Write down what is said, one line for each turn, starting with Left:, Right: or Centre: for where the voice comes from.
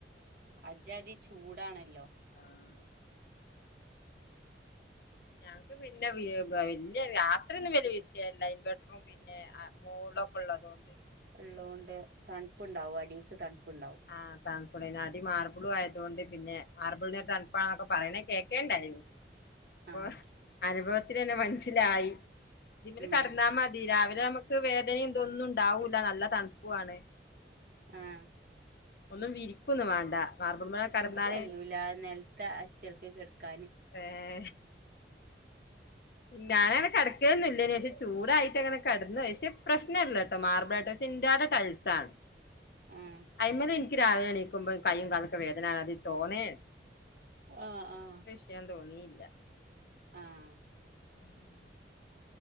Right: അജ്ജാദി ചൂടാണല്ലോ
Left: ആഹ് ഞങ്ങക്ക് പിന്നെ വല്ല്യ രാത്രിയൊന്നും വലിയ വിഷയല്ല ഇൻവെർട്ടറും പിന്നെ പിന്നെ ആ മോൾലൊക്കെ ഉള്ളതോണ്ട്.
Right: ഇള്ളോണ്ട് തണുപ്പുണ്ടാവും അടീക്ക് തണുപ്പ് ഇണ്ടാവും.
Left: ആ തണുപ്പുള്ളേന് അടി മാർബിളും ആയതോണ്ട് പിന്നെ മാർബിൾന് തണുപ്പാന്നൊക്കെ പറയണേ കേക്കേണ്ടാ അപ്പൊ
Right: ആഹ്
Left: അനുഭവത്തിലന്നെ മനസ്സിലായി ഇതില്
Right: ഉം
Left: കെടന്നാ മതി രാവിലെ നമുക്ക് വേദന ഇതൊന്നും ഇണ്ടാവൂല നല്ല തണുപ്പുവാണ്.
Right: ആഹ്
Left: ഒന്നും വിരിക്കൊന്നും വേണ്ട മാർബിൾമേൽ കടന്നാല്
Right: ഇൻക്കയ്യൂല നെൽ ക്ക അചേല്ക്ക് കെട്ക്കാന്.
Left: ഏഹ് ഞാനങ്ങനെ കിടക്കേന്നൊല്ലേനി പക്ഷെ ചൂടായിട്ട് അങ്ങനെ കെടനന്ന് പക്ഷെ പ്രശ്നല്ലട്ടോ മാർബിളായിട്ട്. ഇന്റാൻ്റെ ടൈൽസ് ആണ്.
Right: ആഹ്
Left: അയ്മേല് എനിക്ക് രാവിലെ എണീക്കുമ്പോ കയ്യും കാലൊക്കെ വേദനാണ് അത് തോന്നേ
Right: ആഹ് ആഹ്
Left: ക്കാൻ തോന്നിയില്ല.
Right: ആഹ്
Left: ഉം